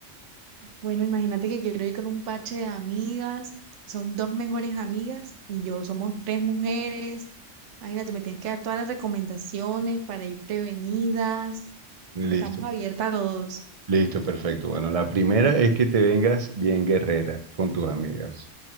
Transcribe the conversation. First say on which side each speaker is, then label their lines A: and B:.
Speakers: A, on the right (about 70°); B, on the right (about 40°).
A: Bueno, imagínate que quiero ir con un parche de amigas, son dos mejores amigas y yo somos tres mujeres. Imagínate, me tienes que dar todas las recomendaciones para ir prevenidas.
B: Listo,
A: Estamos abiertas a todos,
B: listo, perfecto. Bueno, la primera es que te vengas bien guerrera con tus amigas.